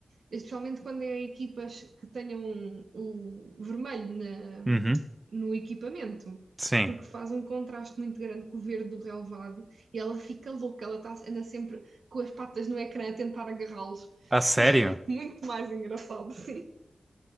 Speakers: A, on the right (about 80°); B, on the right (about 15°).
A: especialmente quando é equipas que tenham o vermelho na-
B: Uhum.
A: no equipamento,
B: Sim.
A: porque faz um contraste muito grande com o verde do relevado e ela fica louca, ela tá, anda sempre com as patas no ecrã a tentar agarrá-los
B: A
A: <laughs>
B: sério?
A: e é muito mais engraçado, sim.